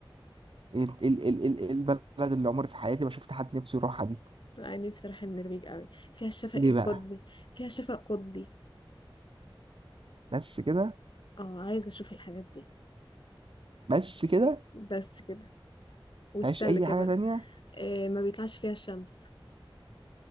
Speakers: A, on the right; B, on the left.
A: ال- ال- ال- ال- البلد
B: مم.
A: اللي عمري في حياتي ما شفت حد نفسه يروحها دي
B: أنا نفسي أروح النرويج أوي فيها الشفق
A: ليه
B: القطبي
A: بقى
B: فيها شفق قطبي
A: بس كده
B: اه عايزة أشوف الحاجات دي
A: بس كده
B: بس كده والتلج
A: مفيهاش اي حاجة
B: بقى
A: تانية
B: إيه ما بيطلعش فيها الشمس